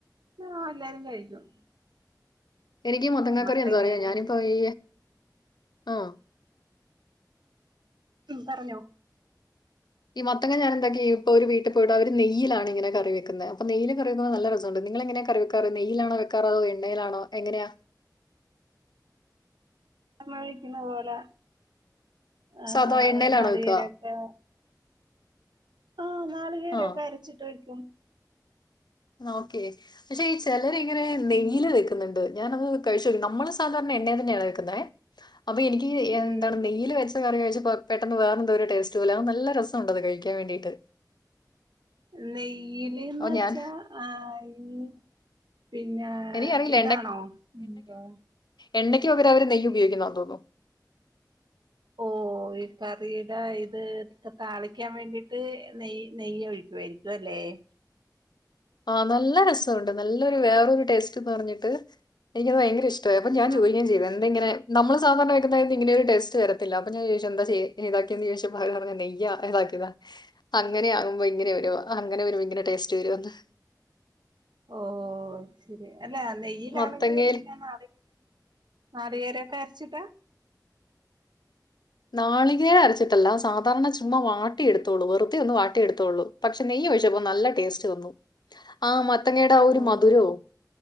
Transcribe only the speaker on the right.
ആഹ് എല്ലാരും കഴിക്കും.
മത്തങ്ങയും
ഉം പറഞ്ഞോ.
<unintelligible> വിക്കുന്ന പോലെ ഏഹ്
നാളികേരൊക്കെ.
ആഹ് നാളികേരൊക്കെ
അരച്ചിട്ട് വയ്ക്കും.
ഉം
ഉം
നെയ്യില്ന്ന്
വെച്ചാ
ആ ഈ പിന്നെ
ഇതാണോ എന്താ
ഓഹ് ഓഹ് ഈ കറീടെ ഇത് ഒക്കെ താളിക്കാൻ വേണ്ടീട്ട് നെയ്യ് നെയ്യ് ഒഴിക്കുവായിരിക് സുഖല്ലേ
ആഹ്
ഓഹ് അഹ് ശെരി അല്ല നെയ്യിലാണെങ്കിൽ
പിന്നെ <unintelligible> നാളികേരൊക്കെ അരച്ചിട്ടാ
ഓഹ്